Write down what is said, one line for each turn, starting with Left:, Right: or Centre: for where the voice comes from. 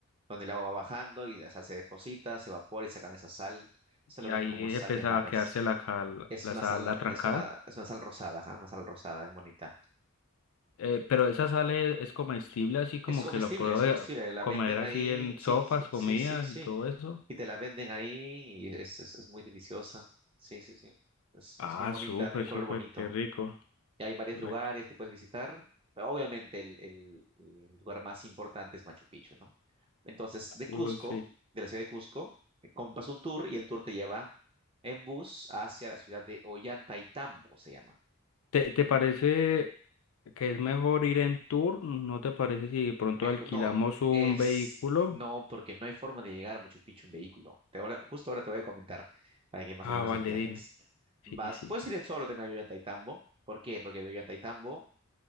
Right: donde el agua va bajando y o sea, se deposita, se evapora y sacan esa sal. Se
Left: Y
Right: lo
Left: ahí
Right: venden como sal
Left: empieza
Right: de maras.
Left: a quedarse la, cal-
Right: Es
Left: la
Right: una
Left: sal,
Right: sal,
Left: la trancada.
Right: es una, es una sal rosada, ajá, Una sal rosada, muy bonita.
Left: Eh, pero esa sal es, es comestible, así como
Right: Es comestible,
Left: que la puedo
Right: es comestible.
Left: eh,
Right: La
Left: comer
Right: venden
Left: así
Right: ahí.
Left: en
Right: Sí,
Left: sopas,
Right: sí,
Left: comidas
Right: sí, sí, sí.
Left: y todo eso.
Right: Y te la venden ahí y es, es, es muy deliciosa. Sí, sí, sí. Es,
Left: Ah,
Right: es muy bonita,
Left: súper,
Right: tiene color
Left: súper,
Right: bonito.
Left: qué rico.
Right: Y hay varios
Left: La...
Right: lugares que puedes visitar. pero obviamente el, el- el lugar más importante es Machu Picchu, ¿no? Entonces, de Cusco,
Left: Uh, sí.
Right: de la ciudad de Cusco, eh, compras un tour y el tour te lleva en bus hacia la ciudad de Ollantaytambo, se llama.
Left: ¿Te, te parece que es mejor ir en tour? ¿No te parece si de pronto
Right: Mejor,
Left: alquilamos
Right: no,
Left: un
Right: es
Left: vehículo?
Right: no, porque no hay forma de llegar a Machu Picchu en vehículo. Te ahora, justo ahora te voy a comentar para que más
Left: Ah,
Right: o menos
Left: vale,
Right: entiendas.
Left: dime. Sí,
Right: Vas,
Left: sí.
Right: puedes ir solo también a Ollantaytambo. ¿Por qué? Porque de Ollantaytambo